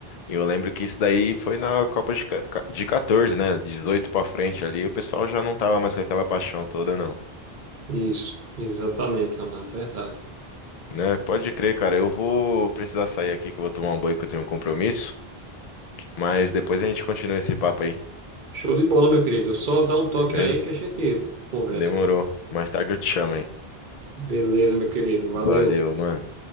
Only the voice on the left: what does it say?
E eu lembro que isso daí foi na Copa de, ca- ca- de 14, né? De 18 para frente ali, o pessoal já não tava mais com aquela paixão toda, não.
Né? Pode crer, cara. Eu vou precisar sair aqui que eu vou tomar um banho que eu tenho um compromisso. Mas depois a gente continua esse papo aí.
Beleza?
Demorou. Mais tarde eu te chamo aí.
Valeu, mano.